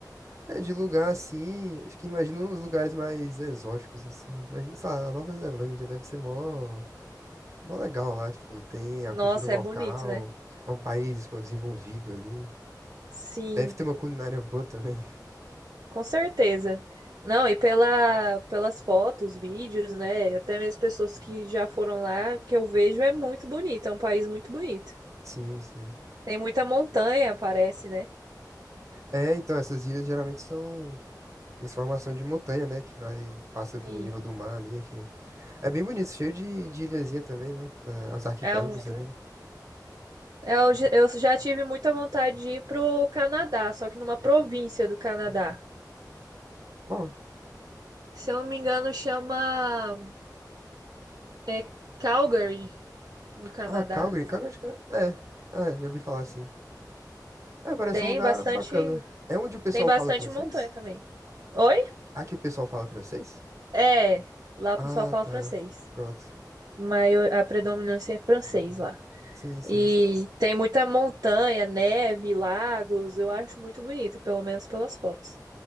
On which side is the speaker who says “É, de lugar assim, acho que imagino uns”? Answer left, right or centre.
Right